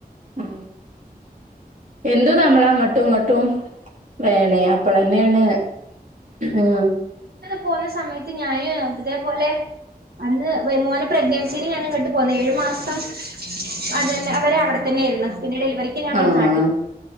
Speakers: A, on the right; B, on the right.
A: ആ എന്ത് നമ്മൾ അങ്ങട്ട് ട്ടും ഇങ്ങോട്ടും വേണേ അപ്പളെന്നെയാണ് ഉം
B: പോവുന്ന സമയത്ത് ഞാനും ഇതേപോലെ അന്ന് മോന്റെ പ്രഗ്നൻസിൽ ഞാൻ ഇങ്ങോട്ട് പോന്ന ഏഴു മാസം അതന്നെ അവരെ അവിടെത്തന്നെയായിരുന്നു പിന്നെ ഡെലിവറിക്ക് ഞാങ്ങട്ട്
A: ആഹ്.
B: നാട്ട്ക്.